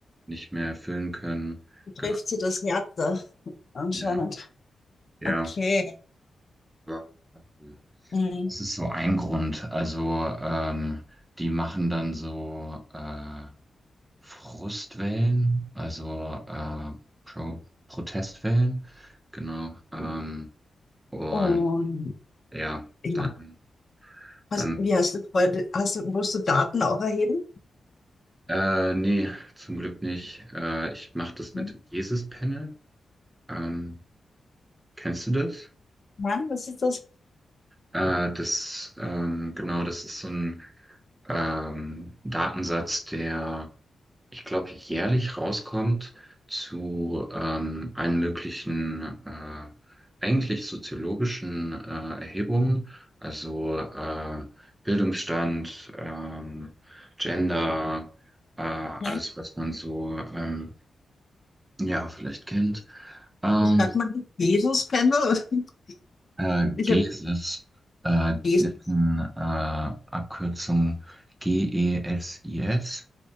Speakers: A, on the right (about 15°); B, on the left (about 50°).
A: nicht mehr erfüllen können.
B: trifft
A: Genau,
B: sie das härter anscheinend.
A: ja, ja.
B: Okay.
A: Aber, ähm,
B: Mhm.
A: Das ist so ein Grund. Also ähm, die machen dann so äh, Frustwellen, also äh, Pro Protestwellen, genau. Ähm, und
B: Und
A: ja,
B: ja,
A: dann,
B: hast,
A: dann
B: wie hast du, vorher- hast du, musst du Daten auch erheben?
A: äh, nee, zum Glück nicht. Äh, ich mache das
B: Nein,
A: mit dem Jesus-Panel. Ähm, kennst du das?
B: Mann, was ist das?
A: Äh, das, ähm, genau, das ist so ein ähm, Datensatz, der ich glaube, jährlich rauskommt zu ähm, allen möglichen, äh, eigentlich soziologischen äh, Erhebungen, also äh, Bildungsstand, ähm, Gender, äh, alles,
B: Nein.
A: was man so ähm, ja vielleicht kennt. Ähm,
B: Wie schreibt man das? Jesus-Pendel? <laughs>
A: äh,
B: Ich
A: GESIS,
B: habe
A: äh,
B: Jesus.
A: ist eine äh, Abkürzung G-E-S-I-S,